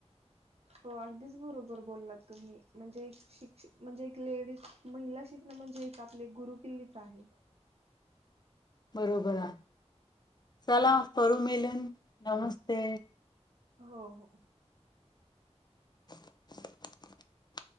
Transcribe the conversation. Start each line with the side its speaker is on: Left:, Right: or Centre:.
Right: हो अगदीच बरोबर बोललात तुम्ही. म्हणजे एक शिक्ष म्हणजे एक लेडीज महिला शिकण म्हणजे. एक आपले गुरु किल्लीच आहे.
Left: बरोबर आहे चला करू मिलन नमस्ते.
Right: हो हो.
Left: <inaudible>